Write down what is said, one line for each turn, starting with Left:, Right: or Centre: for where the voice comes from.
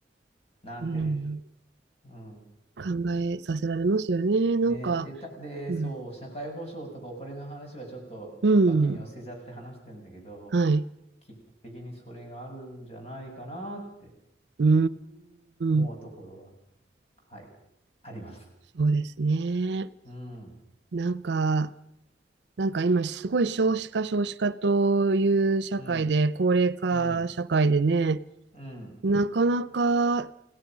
Left: なんてね。
Right: うーん
Left: うん。
Right: 考えさせられますよね。なんか、
Left: ね、で、た、で、
Right: うん、
Left: そう、社会保障とかお金の話はちょっと脇に寄せちゃって話してんだけど、
Right: うん、はい。
Left: 基本的にそれがあるんじゃないかなって
Right: うー
Left: 思うところは、
Right: ん、
Left: はい、あります。
Right: そうですね。
Left: うん、
Right: なんか、なんか今すごい少子化少子化という社会で高齢化社会でね
Left: うん、うん、うん。
Right: なかなか